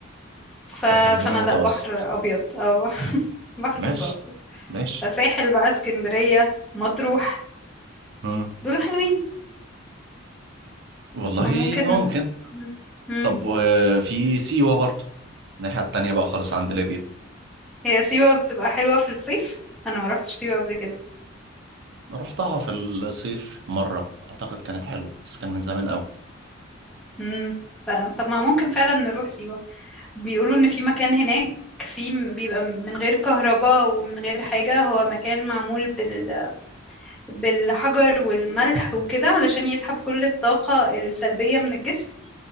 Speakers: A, in the centre; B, on the right (about 60°).
A: ف...
B: فخلينا
A: فانا
B: متوسط
A: لا بحر ابيض او <laughs> بحر
B: ماشي
A: متوسط
B: ماشي
A: ساحل بقى اسكندرية مطروح
B: مم.
A: دول حلوين
B: والله
A: فممكن
B: ممكن
A: مم. مم.
B: طب آه، في سيوة برضه الناحية التانية بقى خالص عند ليبيا
A: هي سيوة بتبقى حلوة في الصيف انا ما روحتش سيوة قبل كده
B: رحتها في الصيف مرة أعتقد كانت حلوة بس كان من زمان أوي
A: مم. لا، طب ما ممكن فعلا نروح سيوة بيقولوا ان في مكان هناك في بيبقى من غير كهرباء ومن غير حاجة هو مكان معمول بال بالحجر والملح وكده علشان يسحب كل الطاقة السلبية من الجسم